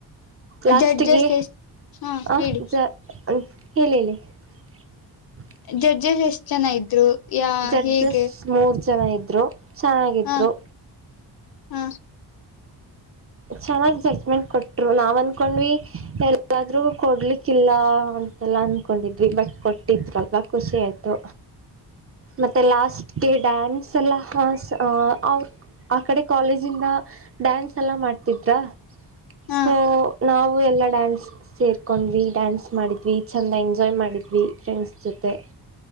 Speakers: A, on the right (about 35°); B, on the left (about 60°).
A: ಲಾಸ್ಟ್ಗೆ
B: ಜಡ್ಜಸ್ ಎಷ್ಟ ಹಾ
A: ಆ
B: ಹೇಳಿ
A: ಜ ಹೇಳಿ ಹೇಳಿ ಹ
B: ಜಡ್ಜಸ್ ಎಷ್ಟ್ ಜನ ಇದ್ರು ಯಾ
A: ಜಡ್ಜಸ್
B: ಹೇಗೆ
A: ಮೂರ್ ಜನ ಇದ್ರು ಚೆನ್ನಾಗಿದ್ರು
B: ಹ ಹ
A: ಚೆನ್ನಾಗ್ ಜಜ್ಮೆಂಟ್ ಕೊಟ್ರು ನಾವ್ ಅಂದಕೊಂಡ್ವಿ ಎಲ್ಲಾದ್ರೂ ಕೊಡ್ಲಿಕ್ಕಿಲ್ಲ ಲ್ಲ ಅಂದ್ಕೊಂಡಿದ್ವಿ ಬಟ್ ಕೊಟ್ಟಿದ್ಲ್ವಾ ಖುಷಿ ಆಯ್ತು
B: ಹ
A: ಮತ್ತೆ ಲಾಸ್ಟ್ಗೆ ಡ್ಯಾನ್ಸ್ ಸಲ ಹ ಅವ ಆ ಕಡೆ ಕಾಲೇಜಿಂದ ಡ್ಯಾನ್ಸ್ ಎಲ್ಲ ಮಾಡ್ತಿದ್ರಾ
B: ಹ
A: ಸೊ ನಾವು ಎಲ್ಲ ಡ್ಯಾನ್ಸ್ ಸೇರ್ಕೊಂಡ್ವಿ ಡ್ಯಾನ್ಸ್ ಮಾಡಿದ್ವಿ ಚೆಂದ ಎಂಜಾಯ್ ಮಾಡಿದ್ವಿ ಫ್ರೆಂಡ್ಸ್ ಜೊತೆ